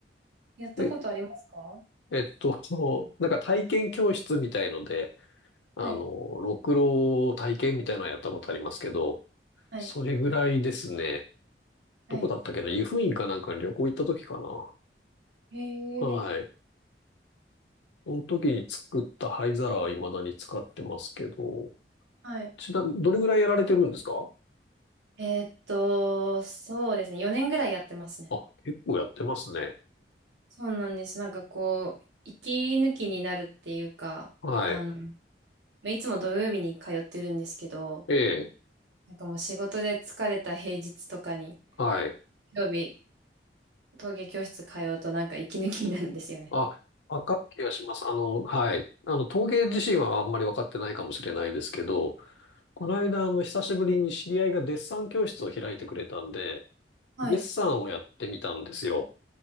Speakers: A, on the right; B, on the left.
A: やったことありますか
B: で、えっと、そう、なんか体験教室みたいので、あの、
A: はい、
B: ろくろ体験みたいなのやったことありますけど、
A: はい、
B: それぐらいですね。
A: はい。
B: どこだったっけな湯布院かなんかに旅行行った時かな。
A: へ
B: はい。
A: え、
B: その時に作った灰皿は未だに使ってますけど、
A: はい。
B: ちなみに、どれぐらいやられてるんですか
A: えーっと、そうですね。4年ぐらいやってますね。
B: あ、結構やってますね。
A: そうなんです。なんかこう、息抜きになるっていうか、
B: はい。
A: あの、まあいつも土曜日に通ってるんですけど、
B: ええ、
A: なんかもう仕事で疲れた平日とかに、
B: はい。
A: 土曜日、陶芸教室通うとなんか息抜きになるんですよね。
B: あ、わかる気がします。あの、はい。あの、陶芸自身はあんまりわかってないかもしれないですけど、この間、あの、久しぶりに知り合いがデッサン教室を開いてくれたんで、
A: はい、
B: デッサンをやってみたんですよ。